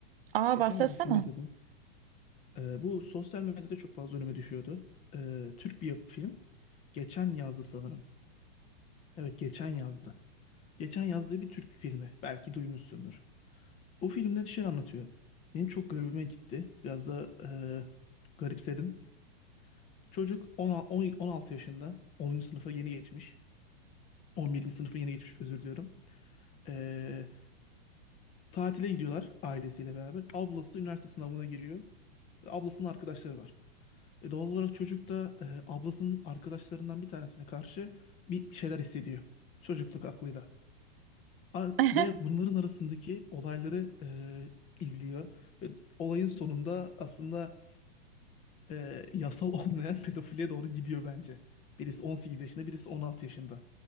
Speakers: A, on the right (about 70°); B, on the left (about 20°).
A: Aa
B: Geçen
A: bahsetsene.
B: gün bir film izledim. Ee, bu sosyal medyada çok fazla önüme düşüyordu. Ee, Türk bir yap- film. Geçen yazdı sanırım. Evet geçen yazdı. Geçen yazdığı bir Türk filmi. Belki duymuşsundur. O filmde şey anlatıyor. Benim çok garibime gitti. Biraz da e, garipsedim. Çocuk 10 10 16 yaşında. 10. sınıfa yeni geçmiş. 11. sınıfa yeni geçmiş özür diliyorum. Ee, tatile gidiyorlar ailesiyle beraber. Ablası üniversite sınavına giriyor. Ve ablasının arkadaşları var. E, doğal olarak çocuk da e, ablasının arkadaşlarından bir tanesine karşı bir şeyler hissediyor. Çocukluk aklıyla. A-
A: <laughs>
B: ve bunların arasındaki olayları e, izliyor. Ve olayın sonunda aslında e, yasal olmayan <laughs> pedofiliye doğru gidiyor bence. Birisi 18 yaşında, birisi 16 yaşında.